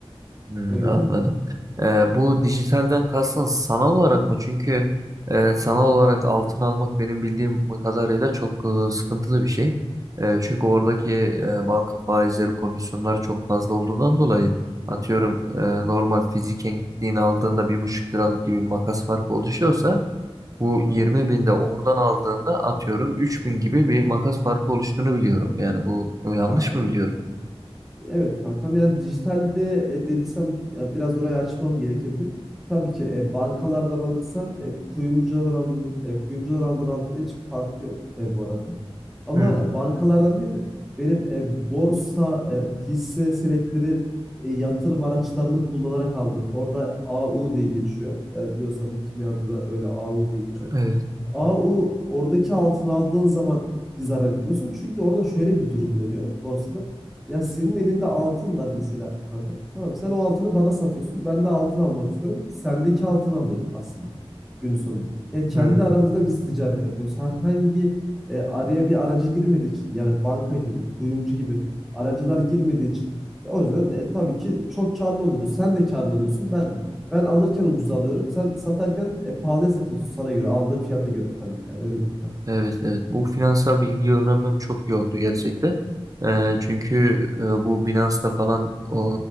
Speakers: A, on the right (about 35°); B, in the centre.
A: Hmm,
B: Öyle
A: anladım.
B: değil.
A: Ee, bu dijitalden kastın sanal olarak mı? Çünkü e, sanal olarak altın almak benim bildiğim kadarıyla çok e, sıkıntılı bir şey. E, çünkü oradaki e, banka faizleri, komisyonları çok fazla olduğundan dolayı atıyorum e, normal fiziken gittiğini aldığında bir buçuk liralık gibi bir makas farkı oluşuyorsa bu
B: Anladım.
A: 20 binde oradan aldığında atıyorum 3 bin gibi bir makas farkı oluştuğunu biliyorum. Yani bu yanlış
B: Ha,
A: mı biliyorum?
B: Evet kankam yani dijitalde e, dediysem ya biraz orayı açmam gerekirdi. Tabii ki e, bankalardan alırsan e, kuyumcudan aldığın e, kuyumcudan aldığın altında hiçbir farkı yok e, bu arada. Ama
A: Hmm,
B: e, bankalardan değil de benim e, borsa e, hisse senetleri e, yatırım araçlarını kullanarak aldım. Orada A U diye geçiyor. Yani biliyorsun zaten kimyada da öyle A U diye geçiyor.
A: evet.
B: A u oradaki altın aldığın zaman bir zarar etmiyorsun. Çünkü orada şöyle bir durum dönüyor borsada. Ya senin elinde altın var mesela kanka. Tamam sen o altını bana satıyorsun. Ben de altın almak istiyorum. Sendeki altını alıyorum aslında günün sonunda. Ya kendi
A: Hmm.
B: aramızda biz ticaret yapıyoruz. Herhangi e, araya bir aracı girmediği için yani banka gibi, kuyumcu gibi aracılar girmediği için ya o yüzden e, tabii ki çok karlı oluyoruz. Sen de karlı oluyorsun, ben de. Ben alırken ucuza alıyorum. Sen satarken e, pahalıya satıyorsun sana göre. Aldığın fiyata göre tabii ki yani öyle değil kanka.
A: Evet evet bu finansal bilgiyi öğrenmem çok iyi oldu gerçekten. Ee, çünkü e, bu Binance'da falan o,